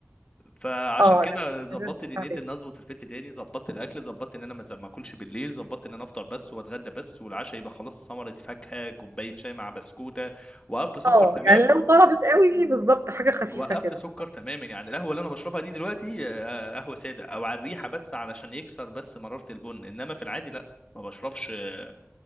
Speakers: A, on the left (about 25°); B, on the right (about 80°).
A: فعشان
B: اه
A: كده
B: لا
A: ظبطت
B: لازم ترجع
A: دنيتي
B: تاني
A: ان اظبط الفت تاني ظبطت الاكل ظبطت ان انا ما ز- ما اكلش بالليل ظبطت ان انا افطر بس واتغدى بس والعشاء يبقى خلاص ثمره فاكهه كوبايه شاي مع بسكوته وقفت سكر
B: اه
A: تماما
B: يعني لو طلبت قوي بالظبط حاجه خفيفه
A: وقفت
B: كده
A: سكر تماما يعني القهوه اللي انا بشربها دي دلوقتي آه، آه، قهوه ساده او على الريحه بس علشان يكسر بس مراره البن انما في العادي لا ما بشربش آه،